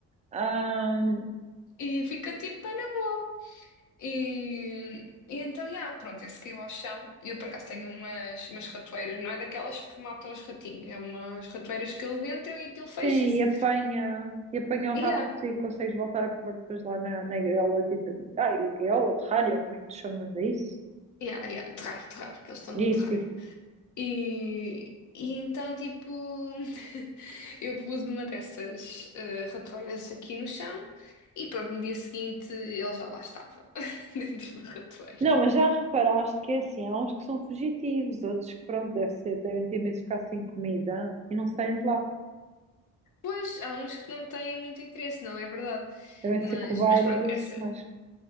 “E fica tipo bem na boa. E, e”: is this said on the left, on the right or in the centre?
Left